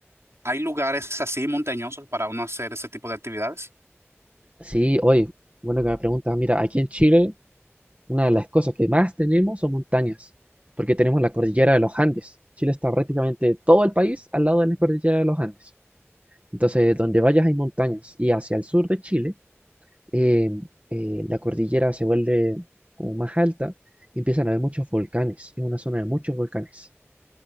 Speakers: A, on the right; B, on the right.
A: hay lugares así montañosos para uno hacer ese tipo de actividades?
B: Sí, oye, bueno que me preguntas, mira, aquí en Chile Una de las cosas que más tenemos son montañas, porque tenemos la cordillera de los Andes. Chile está prácticamente todo el país al lado de la cordillera de los Andes. Entonces, donde vayas hay montañas. Y hacia el sur de Chile, eh, eh, la cordillera se vuelve como más alta y empiezan a haber muchos volcanes. Es una zona de muchos volcanes.